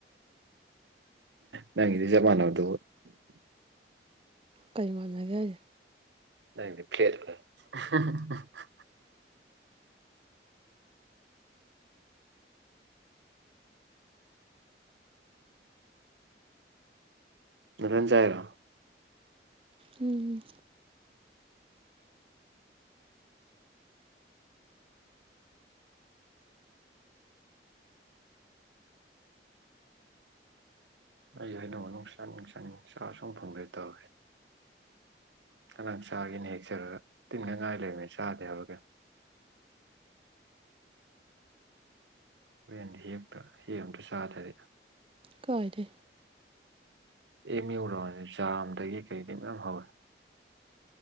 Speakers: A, on the right; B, on the right.
A: ꯅꯪꯒꯤꯗꯤ ꯆꯞ ꯃꯅꯕꯗꯨꯕꯨ꯫
B: ꯀꯩ ꯃꯥꯟꯅꯒꯦ ꯍꯥꯏꯁꯦ?
A: ꯅꯪꯒꯤꯗꯤ ꯐꯦꯂꯦꯠ <unintelligible> ꯅꯊꯟ ꯆꯥꯏꯔꯣ?
B: ꯎꯝ
A: ꯑꯩ ꯑꯩꯅ ꯆꯥꯅꯤꯡ ꯆꯥꯅꯤꯡ ꯆꯥ ꯁꯨꯝ ꯐꯪꯗ꯭ꯔꯦ ꯇꯧꯔꯤꯁꯦ꯫ ꯑꯉꯥꯡ ꯆꯥꯒꯦꯅ ꯍꯦꯛꯆꯔꯒ ꯇꯤꯟꯉꯥꯛ ꯉꯥꯏ ꯂꯩꯔꯝꯃꯤ ꯆꯥꯗꯦ ꯍꯥꯏꯕꯔ ꯀꯩꯅꯣ꯫ ꯍꯣꯔꯦꯟ ꯍꯦꯛꯇ ꯍꯦꯛ ꯑꯃꯇ ꯆꯥꯇꯔꯦ꯫
B: ꯀꯥꯏꯗꯦ꯫
A: ꯑꯦꯝ ꯌꯨ ꯔꯎꯟꯁꯦ ꯖꯥꯞꯗꯒꯤ ꯀꯩꯗꯒꯤ ꯃꯌꯥꯝ ꯍꯧꯋꯦ꯫